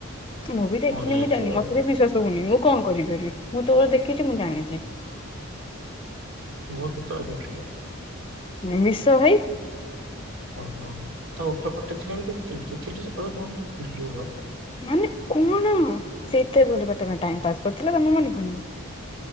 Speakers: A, on the left (about 25°); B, on the right (about 80°).
A: ମୁଁ ବି ଦେଖିନି
B: ପୁଣି ହେଇଥିବ
A: ମୁଁ ଜାଣିନି ମତେ ବିଶ୍ୱାସ ହୋଉନି ମୁଁ କଣ କରିବି ପାରିବି ମୁଁ ତୋର ଦେଖିଛି ମୁଁ ଜାଣିଛି।
B: ମୋର କେତେବେଳେ ଦେଖିଲ?
A: ମିଶ ଭାଇ।
B: ଓହୋ ତା ଓଠ ପଟେ ତୁ ଯାଇକି ଦେଖୁଥିଲୁ ତୁ ଥିଲୁ ସେତେବେଳେ <unintelligible> ଥିଲୁ ରହ।
A: ମାନେ କଣ ସେତେବେଳେ ପା ତମେ ଟାଇମ ପାସ୍ କରୁଥିଲ ତମର ମନେ ପଡ଼ୁନି?